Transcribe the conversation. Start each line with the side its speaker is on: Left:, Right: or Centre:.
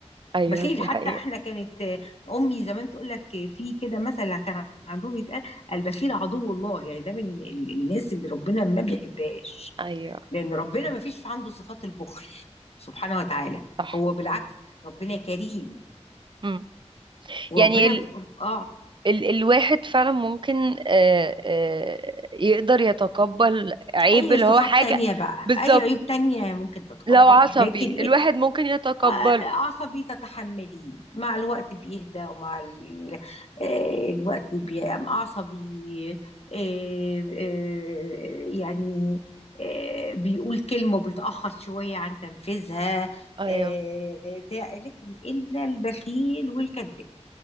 Right: ايوه
Left: بخيل
Right: دي
Left: حتى
Right: حقيقة
Left: احنا كانت آه، امي زمان تقول لك في كده مثل كان عندهم يتقال البخيل عدو الله يعني ده من ال- الناس اللي ربنا ما بيحبهاش
Right: ايوه
Left: لان ربنا ما فيش في عنده صفات البخل سبحانه وتعالى
Right: صح
Left: هو بالعكس ربنا كريم
Right: مم.
Left: وربنا
Right: يعني ال
Left: ف... اه
Right: ال الواحد فعلا ممكن آه، آه، يقدر يتقبل عيب
Left: اي
Right: اللي
Left: صفات
Right: هو حاجة
Left: تانية بقى
Right: بالظبط
Left: اي عيوب تانية ممكن تتقبليها
Right: لو عصبي
Left: لكن
Right: الواحد ممكن يتقبله
Left: آه، عصبي تتحمليه مع الوقت بيهدى ومع ال- آه، الوقت بيبقى عصبي آه، آه، يعني آه، بيقول كلمة وبيتأخر شوية عن تنفيذها
Right: ايوه
Left: آه، بتاع لكن إلا البخيل والكذاب